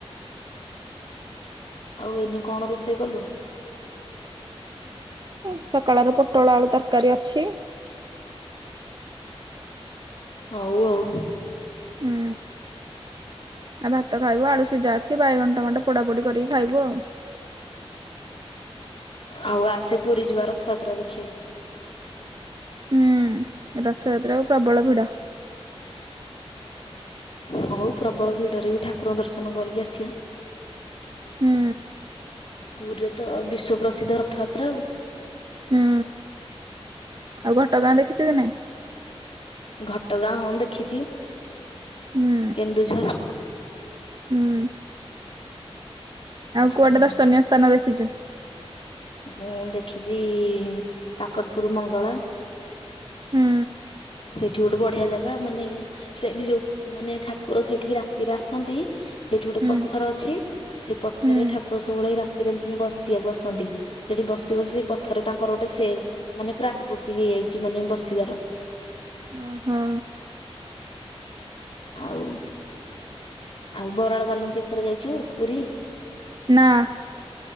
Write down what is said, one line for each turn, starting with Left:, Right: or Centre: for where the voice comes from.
Left: ଆଉ ଏଇନେ କଣ ରୋଷେଇ କଲୁ?
Right: ସକାଳ ର ପୋଟଳ ଆଳୁ ତରକାରୀ ଅଛି।
Left: ହଉ ଆଉ।
Right: ହୁଁ। ଆଉ ଭାତ ଖାଇବୁ ଆଳୁ ସିଯା ଅଛି। ଅଛି ବାଇଗଣ ଟମାଟୋ ପୋଡ଼ା ପଡିି କରିକି ଖାଇବୁ ଆଉ।
Left: ଆଉ ଆସେ ପୁରୀ ଯିବା ରଥଯାତ୍ରା ଦେଖିବାକୁ।
Right: ହୁଁ, ରଥଯାତ୍ରାକୁ ପ୍ରବଳ ଭିଡ।
Left: ହଉ ପ୍ରବଳ ଭିଡରେ ବି ଠାକୁରଙ୍କ ଦର୍ଶନ କରିକି ଆସିବା।
Right: ହୁଁ
Left: ପୁରୀରେ ତ ବିଶ୍ଵ ପ୍ରସିଦ୍ଧ ରଥଯାତ୍ରା ଆଉ।
Right: ହୁଁ ଆଉ ଘଟଗାଁ ଦେଖିଛୁ କି ନାହିଁ?
Left: ଘଟଗାଁ ହଁ ଦେଖିଛି।
Right: ହୁଁ
Left: କେନ୍ଦୁଝର।
Right: ହୁଁ ଆଉ
Left: ହୁଁ
Right: କୁଆଡେ ଦର୍ଶନୀୟ ସ୍ଥାନ ଦେଖିଚୁ?
Left: ମୁଁ ଦେଖିଚି କାକଟପୁର ମଙ୍ଗଳା।
Right: ହୁଁ
Left: ସେଇଠି ଗୋଟେ ବଢିଆ ଜାଗା ମାନେ ସେଠି ଯୋଉ ମାନେ ଠାକୁର ସେଇଠିକି ରାତିରେ ଆସନ୍ତି ସେଇଠି ଗୋଟେ
Right: ହୁଁ
Left: ପଥର ଅଛି ସେ ପଥରରେ
Right: ହୁଁ
Left: ଠାକୁର ସବୁବେଳେ ରାତିରେ ବସିବାକୁ ଆସନ୍ତି ସେଠି ବସି ବସି ସେ ପଥରରେ ତାଙ୍କର ଗୋଟେ ସେ ମାନେ ପୁରା ଆକୃତି ହେଇଯାଇଛି ମାନେ ବସିବାର।
Right: ଓହୋ।
Left: ଆଉ ଆଉ ବରାଳ ବାଲୁଙ୍କେଶ୍ୱର ଯାଇଚୁ ପୁରି?
Right: ନା।